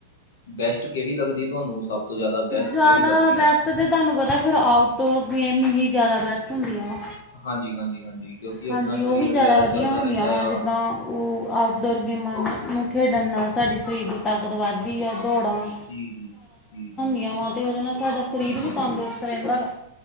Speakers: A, on the left; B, on the left.
A: ਬੈਸਟ ਕੇੜੀ ਲੱਗਦੀ ਤੁਹਾਨੂੰ ਸਭ ਤੋਂ ਜ਼ਿਆਦਾ ਬੈਸਟ
B: ਜ਼ਿਆਦਾ
A: ਕਿਹੜੀ ਲੱਗਦੀ
B: ਬੈਸਟ
A: ਹੈ
B: ਤਾਂ ਤਾਨੂੰ ਪਤਾ ਫਿਰ ਆਊਟਡੋਰ ਗੇਮ ਹੀ ਜ਼ਿਆਦਾ ਬੈਸਟ। ਹੁੰਦੀਆਂ,
A: ਹਾਂਜੀ ਹਾਂਜੀ ਹਾਂਜੀ ਕਿਉਂਕਿ ਆਪਣਾ
B: ਹਾਂਜੀ
A: ਸਰੀਰ
B: ਉਹੀ ਜ਼ਿਆਦਾ
A: ਵਗੈਰਾ
B: ਵਧੀਆ
A: ਚੱਲਦਾ
B: ਹੁੰਦੀਆਂ
A: ਰਹਿੰਦਾ
B: ਵਾ ਜਿੱਦਾਂ
A: ਆ
B: ਉਹ ਆਊਟਡੋਰ ਗੇਮਾਂ ਨੂੰ ਖੇਡਣ ਨਾਲ ਸਾਡੀ ਸਰੀਰ ਦੀ ਤਾਕਤ ਵੱਧਦੀ ਆ ਦੌੜਾਂ
A: ਜੀ ਜੀ, ਜੀ ਜੀ।
B: ਯਾਂ ਵਾਂ ਤੇ ਉਹਦੇ ਨਾਲ ਸਾਡਾ ਸਰੀਰ
A: ਹਾਂਜੀ
B: ਵੀ ਤੰਦਰੁਸਤ ਰੈਂਦਾ ਵਾ।